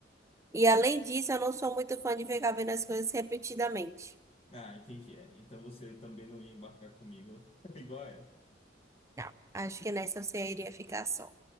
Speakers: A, on the right; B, on the left.
A: E além disso, eu não sou muito fã de ficar vendo as coisas repetidamente.
B: Ah, entendi. É. Então você também não ia embarcar comigo <laughs> igual ela.
A: Não. Acho que nessa você iria ficar só.